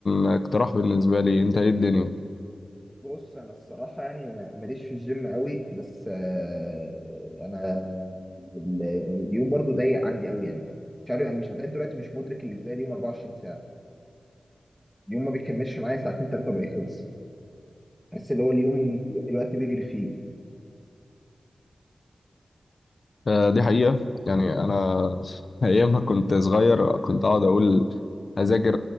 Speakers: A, on the left; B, in the centre.
A: اقتراح بالنسبه لي انت ايه الدنيا
B: بص أنا الصراحة يعني ما- ماليش في الجيم قوي بس آه، أنا ال- اليوم برضو ضيق عندي قوي يعني مش عارف أنا مش لغاية دلوقتي مش مدرك اللي إزاي اليوم 24 اليوم ما بيكملش معايا ساعتين ثلاثة وبقيت خلص بحس اللي هو اليوم الوقت بيجري فيه
A: آه، دي حقيقة يعني أنا أيام ما كنت صغير كنت أقعد أقول هذاكر